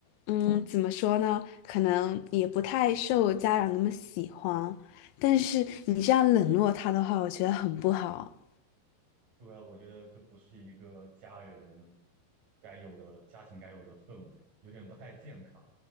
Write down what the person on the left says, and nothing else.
嗯，怎么说呢？可能也不太受家长那么喜欢，但是你这样冷落他的话，我觉得很不好。